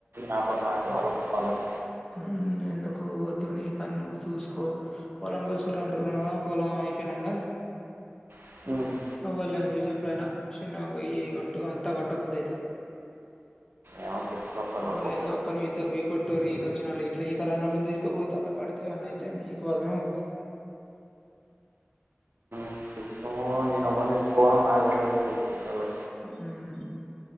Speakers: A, on the right; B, on the left.
A: నా పని నాకు వాళ్ల పనులకు
B: ఉమ్ ఎందుకు వద్దు నీ పని నువ్వు చూసుకో పొలం కోస్తుండ్రు అంటున్నావు కదా పొలం అయిపోయిన్నాక.
A: వాళ్ళకి
B: ఎవళ్ళు లేనిది చూసి ఎప్పుడైనా. చిన్నగా పోయి కొట్టు అంతా కొట్ట బుద్ధైతే.
A: ఏమో చూసుకో అప్పటిలోపు
B: ఎవలు లేనిది ఒక్కనివి ఇద్దరు పోయి కొట్టుండ్రి ఈతకు. వచ్చినళ్ళు ఇట్లా ఈత రానోల్లని తీసుకపోతే ఆండ్ల్ పడితే ఏమన్నా అయితే మీకు బదునం.
A: తీసుకుపోను నేను ఎవరని తీసుకుపోను నాదేదో నేను చూసుకుంటాలే.
B: ఉమ్